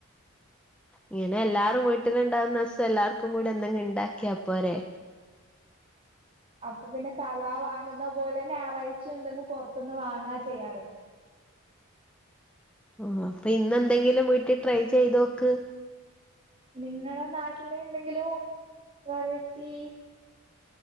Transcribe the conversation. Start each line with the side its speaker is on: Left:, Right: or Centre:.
Centre: ഇങ്ങനെ എല്ലാരും വീട്ടിലുണ്ടാവുന്ന ഇസം എല്ലാർക്കും കൂടെ എന്തെങ്ങും ഇണ്ടാക്കിയാപ്പോരെ
Right: അപ്പൊ പിന്നെ സദാ വാങ്ങുന്ന പോലെ ഞായറാഴ്ച എന്തെങ്ങും പൊറത്തുന്ന് വാങ്ങാ ചെയ്യാറ്
Centre: ആഹ അപ്പൊ ഇന്ന് എന്തെങ്കിലും വീട്ടി ട്രൈ ചെയ്തോക്ക്
Right: നിങ്ങളെ നാട്ടില് എന്തെങ്കിലും വെറൈറ്റി